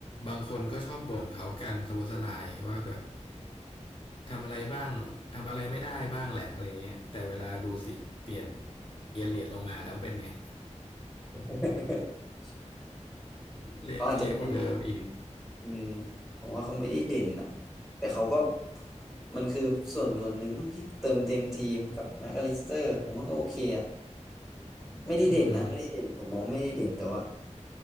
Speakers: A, on the left (about 45°); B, in the centre.
A: บางคนก็ชอบบ่นเขากันสะบดสะลายว่าแบบทำอะไรบ้างทำอะไรไม่ได้บ้างแหละอะไรเงี้ยแต่เวลาดูสิเปลี่ยนเอเลียดลงมาแล้วเป็นไง
B: <laughs>
A: เละเทะกว่าเดิมอีก
B: เขาอาจจะไม่อืมผมว่าเขาไม่ได้เด่นอ่ะแต่เขาก็มันคือส่วนส่วนหนึ่งบ้างที่เติมเต็มทีมกับแม็กอลิสเตอร์ผมว่าก็โอเคอ่ะไม่ได้เด่นนะไม่ได้เด่นผมมองไม่ได้เด่นแต่ว่า
A: อืม